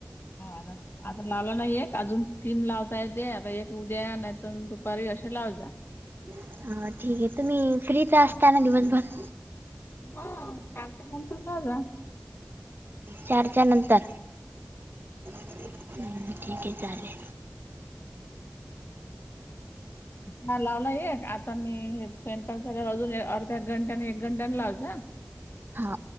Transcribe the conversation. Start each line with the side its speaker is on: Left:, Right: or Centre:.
Left: हा आ आता लावला ना एक अजून तीन लावता येत आता एक उद्या नाहीतर दुपारी असे लाव जा.
Right: ह ठीक आहे. तुम्ही फ्रीच असता ना दिवसभर?
Left: हो चारच्यानंतर लाव जा.
Right: चारच्यानंतर ठीक आहे चालेल.
Left: हा लावला एक आता मी हे स्वयंपाक झाल्या अजून अर्ध्या घंटानी एक घंट्यानी लावच.
Right: हा